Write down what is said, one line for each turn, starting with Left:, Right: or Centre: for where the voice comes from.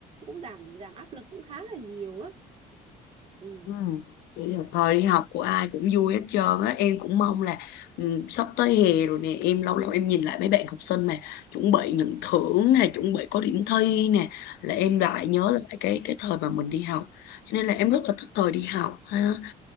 Right: cũng giảm giảm áp lực cũng khá là nhiều á ừ
Left: Ừ. Vậy là Thời đi học của ai cũng vui hết trơn á Em cũng mong là ừ, sắp tới hè rồi nè Em lâu lâu em nhìn lại mấy bạn học sinh mà Chuẩn bị nhận thưởng nè Chuẩn bị có điểm thi nè Là em lại nhớ lại cái cái thời mà mình đi học Cho nên là em rất là thích thời đi học ha.